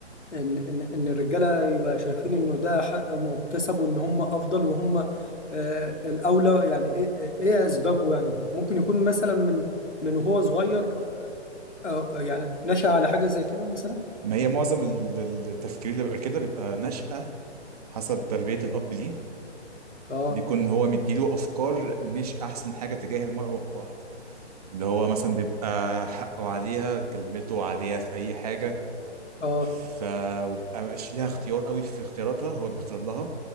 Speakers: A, on the left; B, on the right.
A: ان ان ان الرجاله يبقى شايفين انه ده حق مكتسب وان هم افضل وهم آه، الاولى يعني ايه إيه- إيه اسبابه يعني ممكن يكون مثلا من من وهو صغير أو يعني نشأ على حاجه زي كده مثلا
B: ما هي معظم ال- ال- التفكير اللي بيبقى كده بيبقى نشأة حسب تربية الأب ليه
A: اه
B: بيكون هو مديله أفكار مش أحسن حاجة تجاه المرأة وحقوقها اللي هو مثلا بيبقى حقه عليها كلمته عليها في اي حاجه
A: اه
B: ف وبيبقى مش لها اختيار قوي في اختياراتها هو بيختار لها